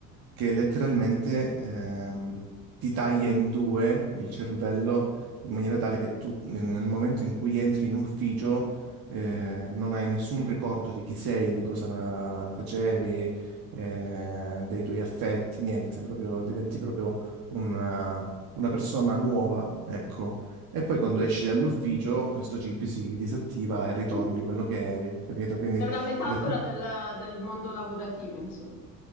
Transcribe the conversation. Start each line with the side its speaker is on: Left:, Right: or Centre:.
Right: che letteralmente ehm, ti taglia in due il cervello in maniera tale che tu nel momento in cui entri in ufficio eh, non hai nessun ricordo di chi sei, di cosa facevi, eh, dei tuoi affetti, niente, proprio diventi proprio una, una persona nuova, ecco. E poi quando esci dall'ufficio, questo chip si disattiva e ritorni
Left: <laughs>
Right: quello che eri, capito? Quindi,
Left: È una metafora
Right: le-
Left: del, del mondo lavorativo, insomma.